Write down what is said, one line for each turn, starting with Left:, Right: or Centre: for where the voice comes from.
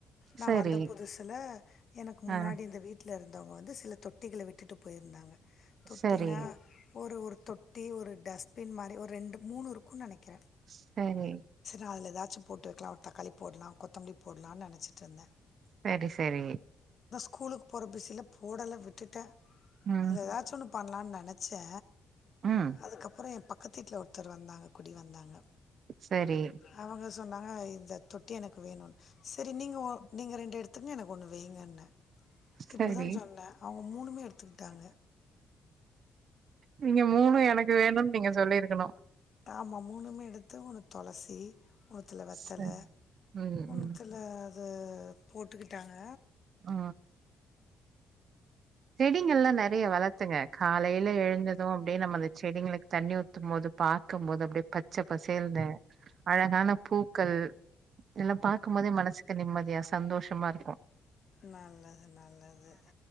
Left: நா
Right: சரி
Left: வந்த புதுசுல எனக்கு முன்னாடி
Right: ஆ
Left: இந்த வீட்டுல இருந்தவங்க வந்து சில தொட்டிகள விட்டுட்டு போயிருந்தாங்க தொட்டினா
Right: சரி
Left: ஒரு ஒரு தொட்டி ஒரு டஸ்பின் மாரி ஒரு ரெண்டு மூனு க்கு நெனக்குறே
Right: சரி
Left: ந அதுல ஏதாச்சு போட்டு வெக்கலா தக்காளி போடலா கொத்தமல்லி போடலானு நெனச்சிட்டுருந்தே
Right: செரி செரி
Left: ஸ்கூலுக்கு போற பிஸியில போடல விட்டுட்டே
Right: ம்
Left: அதுல ஏதாச்சு ஒன்னு பண்லால நெனச்சே
Right: ம்
Left: அதுக்கப்றோ எம்பக்க பக்கத்து வீட்ல் ஒருத்தர் வந்தாங்க குடி வந்தாங்க
Right: சரி
Left: அவுங்க சொன்னாங்க இந்த தொட்டி எனக்கு வேணுனு செரி நீங்க நீங்க ரெண்டு எடுத்துக்கங்க எனக்கு ஒன்னு வைங்கன்னே இப்டித்தா
Right: சரி
Left: சொன்னே அவுங்க மூனுமே எடுத்துக்கிட்டாங்க
Right: நீங்க மூணு எனக்கு வேணுன்னு நீங்க சொல்லிருக்கணு
Left: ஆமா மூணுமே எடுத்து ஒன்னு தொளசி மூத்துல வெத்தல
Right: ச ம்
Left: நூத்துல
Right: ம்
Left: ஆ போட்டுக்கிட்டாங்க
Right: ஆ செடிங்கல்லா நெறைய வளத்துங்க காலையில எழுந்து அதுவு அப்பிடியே நம்ம அந்த செடிகளுக்கு தண்ணி ஊத்தும் போது பாக்குபோது அப்பிடியே பச்ச பசேல்ன்னு அழகான பூக்கள் இதல்லா பார்க்கும் போது மனசுக்கு நிம்மதியா சந்தோஷமா இருக்கு
Left: நல்லது நல்லது